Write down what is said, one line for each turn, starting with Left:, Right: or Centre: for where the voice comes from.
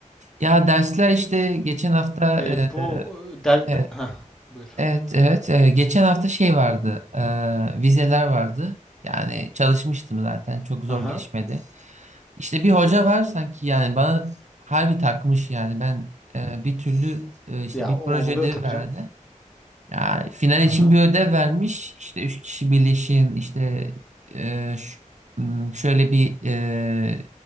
Right: Ya dersler işte geçen hafta
Centre: E,
Right: e,
Centre: bu e, der,
Right: e,
Centre: de- Heh, buyur.
Right: Evet, evet. Ee, geçen hafta şey vardı, ee, vizeler vardı. Yani çalışmıştım zaten, çok zor
Centre: Aha.
Right: geçmedi. İşte bir hoca var sanki yani bana harbi takmış yani ben e, bir türlü e, işte
Centre: Ya
Right: bir
Centre: o
Right: proje
Centre: oluyor
Right: ödevi
Centre: tabii
Right: verdi.
Centre: canım.
Right: Ya final için
Centre: Aha,
Right: bir ödev vermiş. İşte üç kişi birleşin, işte e, ş- m, şöyle bir e,